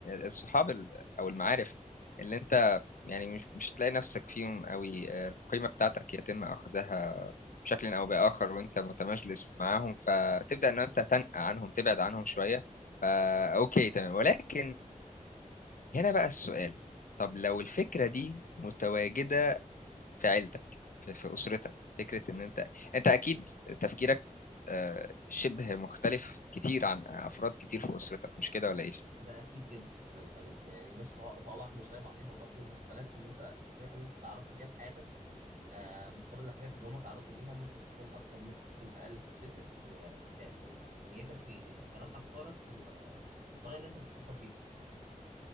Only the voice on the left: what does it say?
الصحاب ال- او المعارف اللي انت يعني مش مش هتلاقي نفسك فيهم قوي آه، القيمه بتاعتك يتم اخذها بشكل او باخر وانت متمجلس معاهم فتبدا ان انت تنأى عنهم تبعد عنهم شويه فا اوكي تمام ولكن هنا بقى السؤال طب لو الفكره دي متواجده في عيلتك في, في اسرتك فكره ان انت انت اكيد تفكيرك آه، شبه مختلف كتير عن افراد كتير في اسرتك مش كده ولا ايه